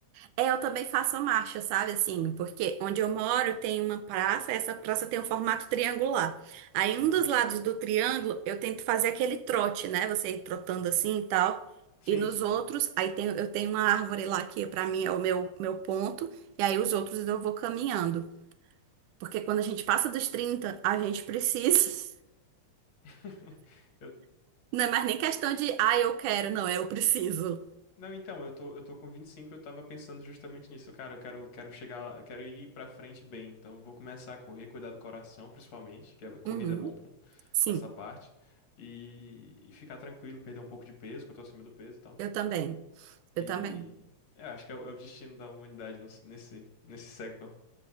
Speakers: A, on the right (about 80°); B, on the left (about 60°).
A: É, eu também faço a marcha, sabe assim? Porque onde eu moro tem uma praça, essa praça tem um formato triangular. Aí
B: Aham.
A: um dos lados do triângulo eu tento fazer aquele trote, né? Você ir trotando assim e tal.
B: Sim,
A: E nos
B: sim,
A: outros,
B: sim.
A: aí tem, eu tenho uma árvore lá que pra mim é o meu, meu ponto, e aí os outros eu vou caminhando. Porque quando a gente passa dos 30 a gente precisa.
B: <laughs> Eu-
A: <laughs> Não é mais nem questão de, ah, eu quero, não, é eu preciso.
B: Não, então, eu tô, eu tô com 25. eu tava pensando justamente nisso. Cara, eu quero, quero chegar lá, quero ir pra frente bem. Então, eu vou começar a correr, cuidar do coração, principalmente, que a corrida
A: Uhum,
B: é bom pra, um-
A: sim.
B: pra essa parte. E, e ficar tranquilo, perder um pouco de peso, que eu tô acima do peso e tal.
A: Eu também. Eu
B: E
A: também.
B: é, acho que é, o é o destino da humanidade nos- nesse, nesse século.